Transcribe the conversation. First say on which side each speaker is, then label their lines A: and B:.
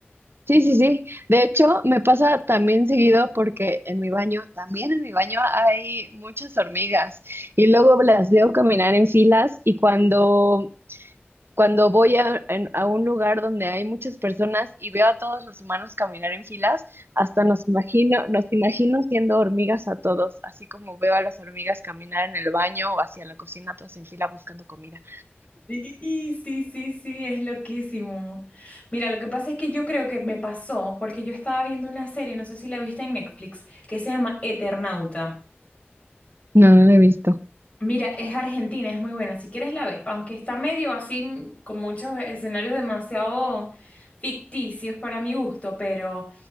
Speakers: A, on the right; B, on the left.
A: Sí, sí, sí. De hecho, me pasa también seguido porque en mi baño, también en mi baño hay muchas hormigas y luego las veo caminar en filas y cuando, cuando voy a, en- a un lugar donde hay muchas personas y veo a todos los humanos caminar en filas, hasta nos imagino, nos imagino siendo hormigas a todos, así como veo a las hormigas caminar en el baño o hacia la cocina, todas en fila buscando comida.
B: Sí, sí, sí, sí, es loquísimo. Mira, lo que pasa es que yo creo que me pasó, porque yo estaba viendo una serie, no sé si la viste en Netflix, que se llama Eternauta.
A: No, no lo he visto.
B: Mira, es argentina, es muy buena, si quieres la ves, aunque está medio así, mm, con muchos escenarios demasiado ficticios para mi gusto, pero